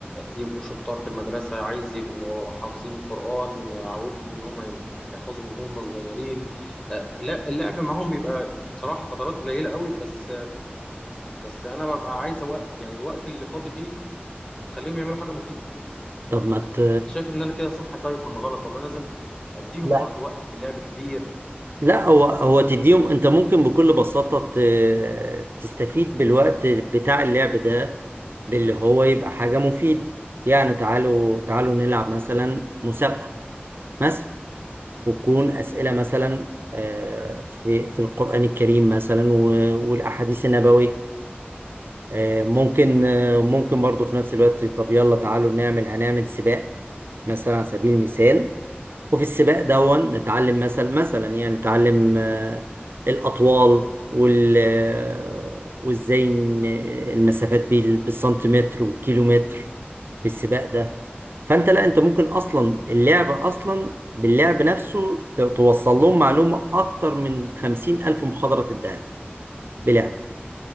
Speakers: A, on the left; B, on the right.
A: يبقوا شطار في المدرسه عايز يبقوا حافظين القران اعودهم ان هم يحفظوا من هم صغيرين آه، لا اللعب معاهم بيبقى بصراحه فترات قليله قوي بس بس انا ببقى عايز وقت يعني الوقت اللي فاضي فيه اخليهم يعملوا حاجه مفيده
B: طب ما ت...
A: انت شايف ان انا كده صح طيب ولا غلط ولا لازم اديهم
B: لا
A: برضو وقت في اللعب كبير
B: لا هو هو تديهم انت ممكن بكل بساطة ت... تستفيد بالوقت بتاع اللعب ده باللي هو يبقى حاجة مفيدة يعني تعالوا تعالوا نلعب مثلا مسابقة مثلا وتكون أسئلة مثلا آه، في في القرآن الكريم مثلا و- والأحاديث النبوية آه، ممكن آه، ممكن برضو في نفس الوقت طب يلا تعالوا نعمل هنعمل سباق مثلا على سبيل المثال وفي السباق دون نتعلم مثلا مثلا يعني نتعلم آه، الأطوال وال آه، وازاي ن- آه، المسافات بال- بالسنتيمتر والكيلومتر في السباق ده فانت لا انت ممكن اصلا اللعب اصلا باللعب نفسه ت- توصل لهم معلومة اكتر من خمسين الف محاضرة تديها بلعب